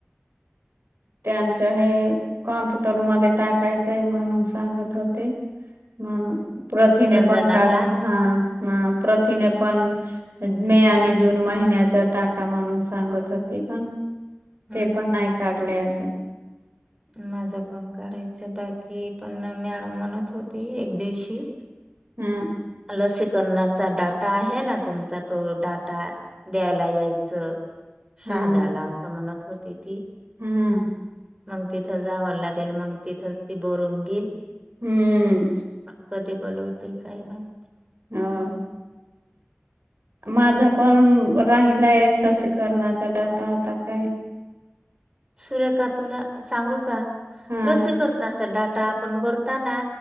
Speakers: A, on the right (about 60°); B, on the right (about 20°).
A: त्यांच हे कॉम्प्युटर मध्ये टाकायचंय म्हणून सांगत होते. ह प्रथिने
B: रंजना
A: पण काढुन
B: का
A: हा. ह. प्रथिने पण -- मे आणि जून महिन्याचा टाका म्हणून सांगत होती. पण
B: हम्म
A: ते पण नाही काढले अजून.
B: माझं पण काढायचं बाकी ये. पण मॅडम म्हणत होती. एक दिवशी
A: हम.
B: लसीकरणाचा डाटा आहे ना तुमचा तो डाटा -- द्यायला यायचं. शहाद्याला
A: हम्म
B: असं म्हणत होती ती.
A: हम्म.
B: मग तिथं जावं लागेल मग, तिथंच ती बोरून घील.
A: हम्म.
B: कधी बलवतील काय माहित.
A: हा. माझा पण राहिलाय लसीकरणाचा डाटा आता काय --
B: सुरेखा तुला सांगू का?
A: हा
B: लसीकरनाचा डाटा आपण भरताना